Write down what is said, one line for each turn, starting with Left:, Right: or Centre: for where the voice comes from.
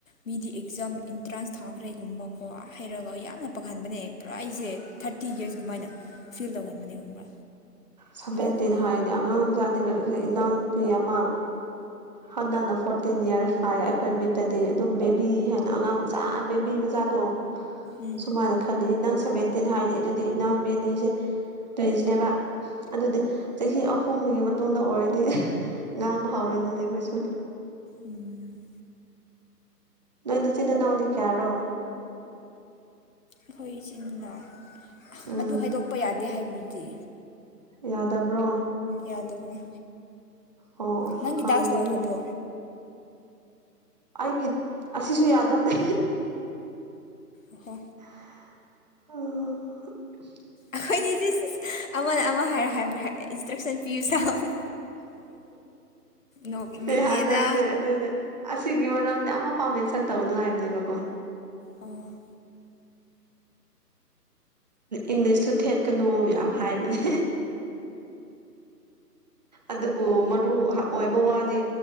Left: ꯃꯤꯗꯤ ꯑꯦꯛꯖꯥꯝ ꯑꯦꯟꯇ꯭ꯔꯥꯟꯁ ꯊꯥꯈ꯭ꯔꯦꯒꯨꯝꯕꯀꯣ ꯍꯥꯏꯔꯒ ꯌꯥꯝꯅ ꯄꯪꯍꯟꯕꯅꯦ ꯄꯨꯔꯥ ꯑꯩꯁꯦ ꯊꯥꯔꯇꯤ ꯌꯔꯁ ꯀꯃꯥꯏꯅ ꯐꯤꯜ ꯇꯧꯍꯟꯕꯅꯦ ꯈꯪꯕ꯭ꯔꯥ
Right: ꯁꯚꯦꯟꯇꯦꯟ
Left: ꯒ꯭ꯌꯥꯟ ꯇꯥꯗꯦ
Right: ꯍꯥꯏ ꯗꯤ ꯑꯉꯥꯡ ꯃꯆꯥꯗ ꯀꯔꯤꯁꯨ ꯏꯅꯥꯎꯅꯨꯄꯤ ꯑꯃ ꯍꯟꯗꯛꯅ ꯐꯣꯔꯇꯤꯟ ꯏꯔꯁ ꯐꯥꯏꯌꯦ ꯑꯩꯈꯣꯏ ꯃꯤꯠꯇꯗꯤ ꯑꯗꯨꯝ ꯕꯦꯕꯤ ꯍꯥꯏꯅ ꯑꯉꯥꯡ ꯃꯆꯥ ꯕꯦꯕꯤ ꯃꯆꯥꯗꯣ
Left: ꯎꯝ
Right: ꯁꯨꯃꯥꯏꯅ ꯈꯜꯂꯤ ꯅꯪ ꯁꯚꯦꯟꯇꯤꯟ ꯍꯥꯏꯗꯤ ꯑꯗꯨꯗꯤ ꯏꯅꯥꯎꯕꯤ ꯑꯅꯤꯁꯦ ꯇ꯭ꯌꯨꯟꯁꯅꯦꯕ ꯑꯗꯨꯗꯤ ꯆꯍꯤ ꯑꯍꯨꯝꯒꯤ ꯃꯇꯨꯡꯗ ꯑꯣꯏꯔꯗꯤ ꯉꯥꯡꯕ ꯍꯧꯔꯅꯤꯅꯦ ꯑꯈꯣꯏꯁꯨ
Left: ꯎꯝ
Right: ꯅꯣꯏ ꯅꯆꯤꯟ ꯅꯅꯥꯎꯅꯤ ꯀꯌꯥꯔꯣ
Left: ꯑꯈꯣꯏ ꯏꯆꯤꯟ ꯏꯅꯥꯎ
Right: ꯎꯝ
Left: ꯑꯗꯨ ꯍꯥꯏꯗꯣꯛꯄ ꯌꯥꯗꯦ ꯍꯥꯏꯕꯗꯨꯗꯤ
Right: ꯌꯥꯗꯕ꯭ꯔꯣ
Left: ꯌꯥꯗꯕꯅꯦ
Right: ꯑꯣ ꯑꯣ
Left: ꯅꯪꯒꯤ
Right: ꯈꯪꯗꯦ
Left: ꯇꯥꯛꯁ ꯂꯣꯏꯈ꯭ꯔꯕꯣ
Right: ꯑꯗꯨꯗꯤ ꯑꯩꯒꯤ ꯑꯁꯤꯁꯨ ꯌꯥꯗꯕꯅꯦ
Left: ꯑꯣꯍꯣ
Right: ꯍꯥ
Left: ꯑꯈꯣꯏꯅꯤꯖꯤꯁ ꯑꯃꯅ ꯑꯃ ꯍꯥꯏꯔꯣ ꯍꯥꯏꯕ ꯏꯟꯁꯇ꯭ꯔꯛꯁꯟ ꯄꯤꯌꯨ ꯁꯥꯕꯅꯦ ꯅꯣꯛꯅꯤꯡꯉꯦꯗ
Right: ꯌꯥꯗꯕꯅꯦ ꯑꯗꯨꯅ ꯑꯁꯤꯒꯤ ꯃꯔꯝꯗꯤ ꯑꯃꯐꯥꯎ ꯃꯦꯟꯁꯟ ꯇꯧꯅꯨ ꯍꯥꯏꯕꯅꯦꯕꯀꯣ
Left: ꯑꯣ
Right: ꯏꯪꯂꯤꯁꯇꯨ ꯊꯦꯠꯀꯅꯨ ꯌꯥꯝ ꯍꯥꯏꯕꯅꯦ ꯑꯗꯨꯕꯨ ꯃꯔꯨ ꯍꯥ ꯑꯣꯏꯕ ꯋꯥꯗꯤ